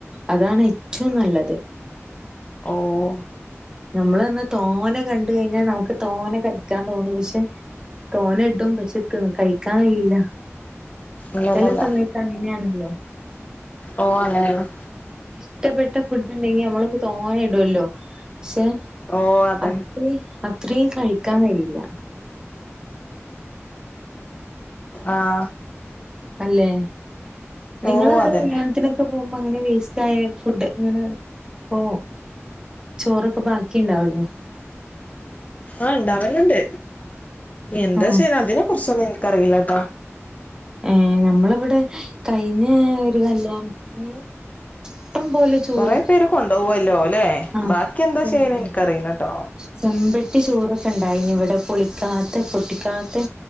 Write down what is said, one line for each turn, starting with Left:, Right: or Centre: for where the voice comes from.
Right: അതാണ് ഏറ്റവും നല്ലത്.
Left: ഓഹ്
Right: നമ്മള ർഞ്ഞ തോനെ കണ്ട കഴിഞ്ഞാ നമുക്ക് തോന കഴിക്കാൻ തോന്നും. പശേ തോന ഇടും പശേ കഴി ക്കായിലാ
Left: ഇല്ലല്ലല്ല
Right: ചെല സമയത്താങ്ങനെ ആണല്ലോ
Left: ഓ അങ്ങനെയാണ്
Right: ഇഷ്ടപ്പെട്ട ഫുഡ് ഇണ്ടെങ്കി നമ്മളൊക്കെ തോന്നേ ഇടൊല്ലോ ശേ
Left: ഓ അതന്നെ
Right: അത്രി അത്രീം കഴിക്കാൻ കഴിയില്ല.
Left: ആഹ്
Right: അല്ലെ നിങ്ങളവിടെ
Left: ഓ അതന്നെ
Right: കല്യാൺത്തിന് പോമ്പോ അങ്ങനെ വേസ്റ്റായ ഫുഡ് ങ്ങനെ പോ ചോറൊക്കെ ബാക്കിണ്ടാവുലെ
Left: ആഹ് ണ്ടാവല്ണ്ട് എന്താ
Right: ഉം
Left: ച്ചാല് അതിനെ കുർച്ചൊന്നും ഇൻക്കറീലാ ട്ടോ
Right: ഏഹ് നമ്മളിവിടെ കയിഞ്ഞെ ഒരു കല്യാൺത്തിന് ഇട്ടം പോലെ ചോറ്
Left: കൊറെ പേര് കൊണ്ടോവോല്ലോ ല്ലെ
Right: ആ
Left: ബാക്കി എന്താ
Right: ചെ
Left: ചെയ്യല്
Right: ആ
Left: ഇൻക്കറിയിലാട്ടോ
Right: ചെമ്പട്ടി ചോറൊക്കെ ഇണ്ടായിനി ഇവിടെ പുളിക്കാത്തെ പൊട്ടിക്കാത്തേ